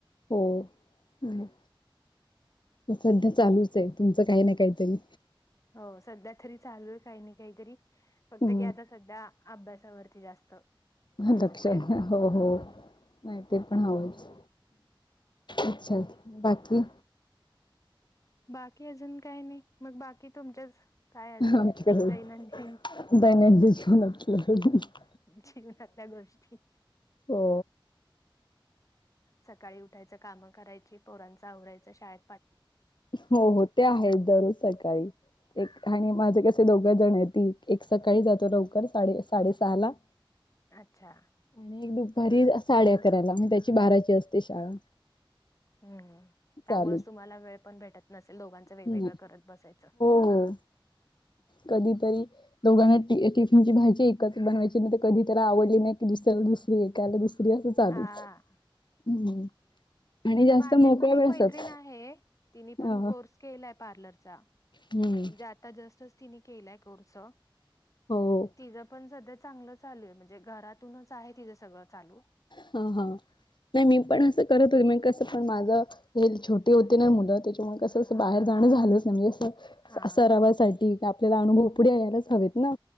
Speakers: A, on the left (about 60°); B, on the left (about 35°).
A: हो हम्म. सध्या चालूच आहे तुमचं काही ना काहीतरी.
B: हो सध्या तरी चालू आहे काही ना काहीतरी फक्त
A: हम्म
B: गेद सध्या अभ्यासावरती जास्त. कॉन्सन्ट्रेट
A: म दक्षण हा. हो हो नाही ते पण हवंच अच्छा बाकी?
B: बाकी अजून काही नाही मग बाकी तुमच्याच. काय अजून
A: आमची तर रोज
B: दैनंदिन
A: दैनंदी जीवन. <unintelligible>
B: जीवनातल्या गोष्टी
A: हो
B: सकाळी उठायचं, काम करायची, पोरांच आवरायचं शाळे
A: हो हो ते आहे दररोज सकाळी. एक आणि माझे कसे दोघं जण आहेत ती एक सकाळी जातो लवकर साडे साडेसहा ला हो
B: अच्छा!
A: आणि एक दुपारी साडे अकराला. म त्याची बाराची असते शाळा.
B: हम्म. त्यामुळेच
A: चालू
B: तुम्हाला वेळ पण भेटत नसेल. दोघांचं वेगवेगळं
A: हो
B: करत बसायचं.
A: हो कधीतरी- दोघांना ट टिफिन ची भाजी एकच बनवायची. म ते कधी त्याला आवडली नाही की दुसऱ्याला दुसऱ- एकाला दुसरी असं चालूच.
B: हा
A: हम्म. आणि जास्त
B: माझी
A: मोकळ्या
B: पण एक
A: वेळ
B: मैत्रिण
A: असच
B: आहे. तिने
A: अ
B: पण कोर्स- केलाय पार्लरचा.
A: हम्म.
B: म्हणजे आता जस्टच तिने केलाय कोर्स.
A: हो
B: तिच पण सध्या चांगलं चालू आहे. म्हणजे घरातूनच आहे तिच सगळं चालू.
A: ह ह. नाही मी पण असं करत होते. मग कसं? पण माझं हे छोटी होती ना मुलं त्या- कसं
B: हा.
A: असं बाहेर जाणं झालंच नाही. म्हणजे
B: हा
A: अस सरावासाठी क- थोडे अनुभव इकडे यायलाच हवेत ना.